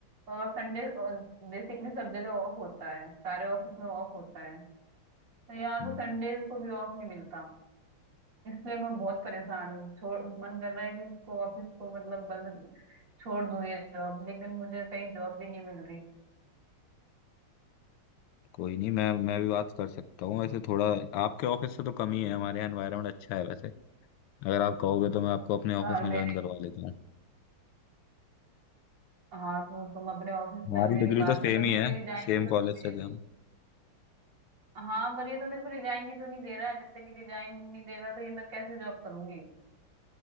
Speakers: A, on the right; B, on the left.
A: और संडे बेसिकली सब जगह ऑफ होता है सारे ऑफिस में ऑफ होता है तो यहाँ
B: हम्म,
A: तो संडे को भी ऑफ नहीं मिलता इसलिए मैं बहुत परेशान हूँ छोड़ मन कर रहा है कि इसको ऑफिस को मतलब बंद छोड़ दूंगी जॉब लेकिन मुझे कहीं जॉब भी नहीं मिल रही
B: कोई नहीं मैं मैं भी बात कर सकता हूँ वैसे थोड़ा आपके ऑफिस से तो कम ही है हमारे यहाँ एनवायरनमेंट अच्छा है वैसे अगर आप कहोगे तो मैं आपको अपने ऑफिस
A: यार
B: में
A: मेरे
B: ज्वाइन करवा लेता हूँ
A: हाँ तो तुम अपने ऑफिस
B: हमारी
A: में मेरी
B: डिग्री
A: बात
B: तो सेम
A: करना मेरे
B: ही है
A: को ये रिजाइन
B: सेम
A: भी तो नहीं
B: कॉलेज से
A: दे
B: थे हम
A: रहा हाँ पर ये तो मेरे को रिजाइन भी तो नहीं दे रहा है, जब तक कि रिजाइन नहीं देगा तो ये मैं कैसे जॉब करूंगी